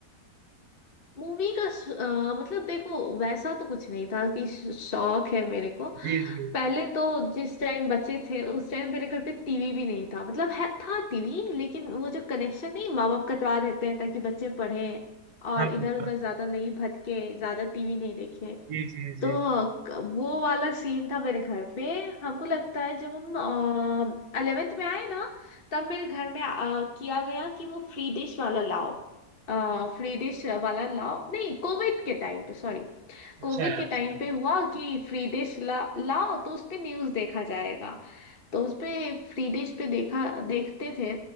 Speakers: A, on the left; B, on the right.
A: मूवी का श- अ, मतलब देखो वैसा तो कुछ नहीं था कि श- शौक है मेरे को
B: जी जी
A: पहले तो जिस टाइम बच्चे थे उस टाइम मेरे घर पे टीवी भी नहीं था मतलब है था टीवी लेकिन वो जो कनेक्शन नहीं माँ बाप कटवा देते हैं ताकि बच्चे पढ़े और
B: हाँ
A: इधर उधर
B: हाँ,
A: ज्यादा नहीं भटके ज्यादा टीवी नहीं देखे
B: जी जी
A: तो
B: जी
A: क- वो वाला सीन था मेरे घर पे हमको लगता है जब हम अलेवेंथ में आए ना तब मेरे घर में अ, किया गया कि वो फ्री डिश वाला लाओ फ्री डिश वाला लाओ नहीं कोविड के टाइम पे सॉरी
B: अच्छा
A: कोविड के
B: अच्छा
A: टाइम पे हुआ कि फ्री डिश ला, लाओ तो उस पे न्यूज देखा जाएगा तो उस पे फ्री डिश पे देखा देखते थे